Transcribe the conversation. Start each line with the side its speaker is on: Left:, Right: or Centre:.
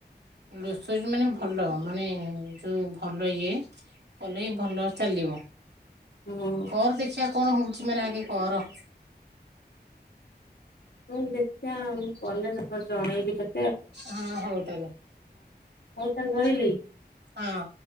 Right: ଗ୍ଲୋସରୀ ମାନେ ଭଲ ମାନେ ଯଉ ଭଲ ଇଏ। କଲେ ବି ଭଲ ଚାଲିବ।
Left: ହୁଁ।
Right: କର ଦେଖିବା କଣ ହଉଚି ମାନେ ଆଗେ କର।
Left: ହୁଁ ଦେଖିବା ମୁଁ କଲେ ତତେ ଜଣେଇବି ତତ୍
Right: ହଁ ହଉ ତାହାଲେ
Left: ହଉ ତାହେଲେ ରହିଲି।
Right: ହଁ।